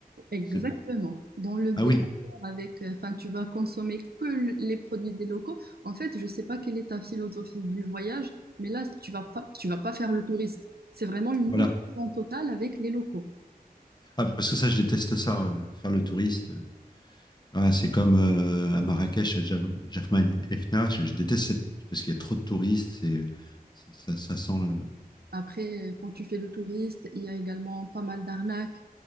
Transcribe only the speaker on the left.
C'est-
Ah oui,
voilà.
Ah, parce que ça, je déteste ça, euh, faire le touriste. euh, Ah, c'est comme euh, à Marrakech, à Jav- Jafna et Je, je déteste cette... parce qu'il y a trop de touristes. C'est... Ça, ça- ça sent le.